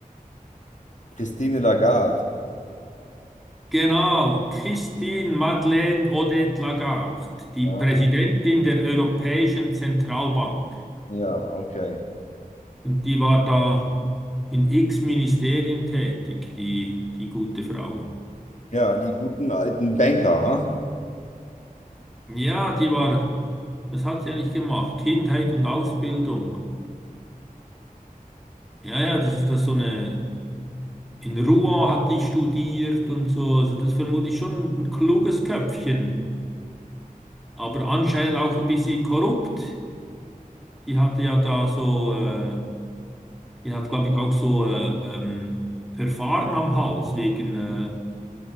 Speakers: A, on the left; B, in the centre.
A: Christine Lagarde.
B: Genau, Christine Madeleine Odette Lagarde, die
A: Ja,
B: Präsidentin der Europäischen Zentralbank.
A: ja, okay.
B: Und die war da in x Ministerien tätig, die, die gute Frau.
A: Ja, die guten alten Banker, ha?
B: Ja, die war, was hat sie eigentlich gemacht? Kindheit und Ausbildung. Ja, ja, das ist das so eine, in Rouen hat die studiert und so. Also das vermute ich schon ein kluges Köpfchen. aber anscheinend auch ein bisschen korrupt. Die hatte ja da so, äh, die hat, glaube ich, auch so äh, ähm, Verfahren am Hals wegen äh,